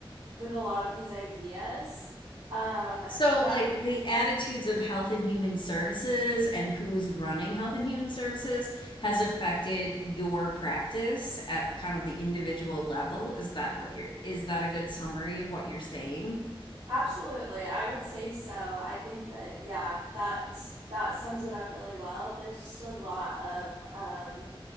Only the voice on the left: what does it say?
So,
like the attitudes of Health and Human Services and who's running Health and Human Services has affected your practice at kind of the individual level. Is that what you're, is that a good summary of what you're saying?